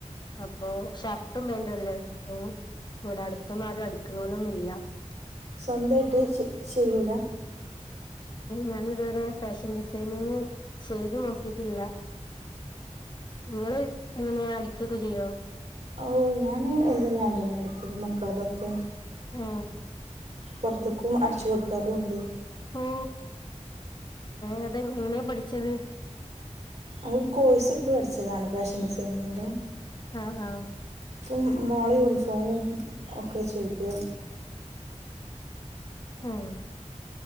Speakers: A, on the left; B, on the right.
A: അപ്പോഷുംർട്ടും വേണ്ടല്ലേ <unintelligible>
B: സ്വന്തസ്മയിട്ടു ചെയ്യൂല്ല
A: ഞാനിതുവരെ ഫാഷൻ ഡിസൈനിങ് ചെയ്തുനോകീറ്റില്ല നിങ്ങൾ എങ്ങനെയാ അടിക്ക ഒക്കെ ചെയ്യുമോ
B: ഒ ഞാൻ എന്നും ഞാൻതന്നെഅടിക്കും മകൾ ളൊക്കെ
A: മ്
B: പുറത്തേക്കു അടിച്ചു കൊടുക്കാറുമുണ്ട്
A: ഓ അതെങ്ങനെയാ പഠിച്ചത്
B: ഓൾ കോഴ്സ് എടുത്ത് പഠിച്ചതാണ് ഫാഷൻ ഡിസൈനിങ്ങിന്റെ
A: ആഹ ആഹ
B: ഇപ്പം മോളെ യൂണിഫോമും ഒക്കെ ചെയ്ത്
A: ഉം